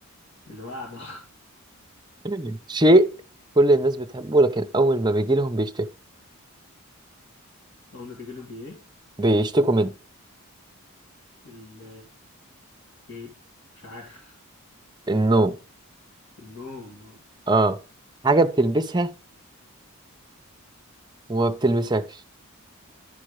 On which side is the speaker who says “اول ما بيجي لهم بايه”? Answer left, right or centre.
Left